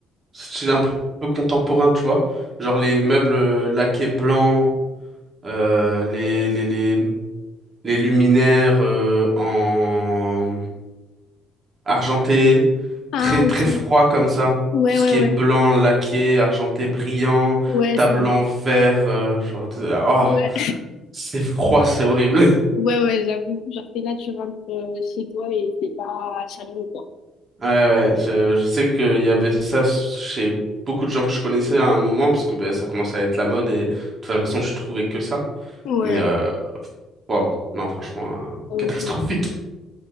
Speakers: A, on the right (about 20°); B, on the left (about 65°).
A: style un peu contemporain, tu vois. Genre les meubles euh, laqués blancs, euh, les, les, les, les luminaires euh, en argenté,
B: Ah,
A: très, très
B: ok.
A: froid comme ça.
B: Ouais,
A: Tout ce
B: ouais,
A: qui
B: ouais.
A: est blanc, laqué, argenté, brillant,
B: Ouais,
A: table
B: ça, non.
A: en verre, euh, genre, oh,
B: Ouais,
A: c'est froid, c'est horrible.
B: <laughs>
A: <laughs>
B: ouais, ouais, j'avoue. Genre, t'es là, tu rentres euh, chez toi et t'es pas chaleureux, quoi.
A: Ouais, ouais, je, je sais qu'il y avait ça chez beaucoup de gens que je connaissais à un moment, parce que ben, ça commençait à être la mode et de toute façon, je trouvais que ça.
B: Ouais.
A: Mais euh, waouh, non, franchement, euh,
B: Ok.
A: catastrophique.